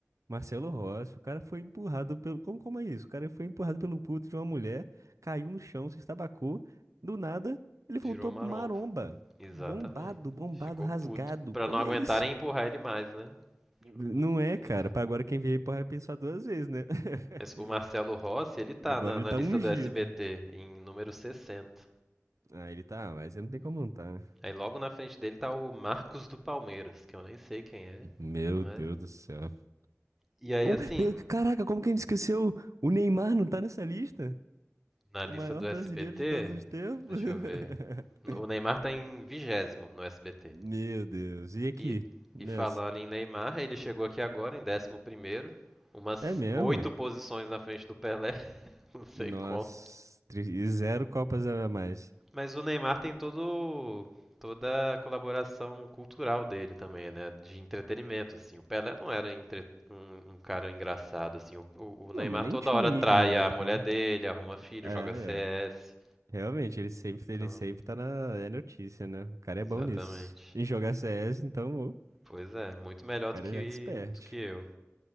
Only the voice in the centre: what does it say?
virou marompa.
Exatamente.
Ficou
puto. Pra
não aguentarem
empurrar ele mais, né?
Tipo,
é.
Mas o Marcelo Rossi, ele tá
na,
na
lista
do SBT, em número 60.
Aí logo na frente dele tá o Marcos do Palmeiras, que eu nem sei quem é,
mas.
E aí
assim,
na
lista
do SBT,
deixa
eu ver. O Neymar tá em vigésimo no SBT.
E,
e falando em Neymar, ele chegou aqui agora em décimo primeiro, umas
oito posições na frente do Pelé, <laughs> não sei
como.
Mas o Neymar tem todo toda a colaboração cultural dele também, né? De entretenimento, assim. O Pelé não era entre- um, um cara engraçado, assim. O, o- o Neymar
toda
hora
trai
a mulher
dele, arruma filho,
joga CS.
Então,
exatamente.
Pois é, muito melhor
do que,
do que eu.